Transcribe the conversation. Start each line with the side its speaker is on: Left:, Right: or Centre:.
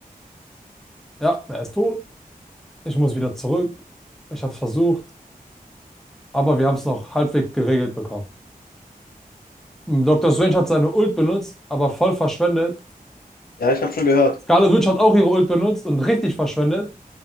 Centre: Ja, er ist tot. Ich muss wieder zurück. Ich habe es versucht, aber wir haben es noch halbwegs geregelt bekommen. Mm, Dr. Strange hat seine Ult benutzt, aber voll verschwendet.
Left: Ja, ich habe schon gehört.
Centre: Scarlet Witch hat auch ihre Ult benutzt und richtig verschwendet.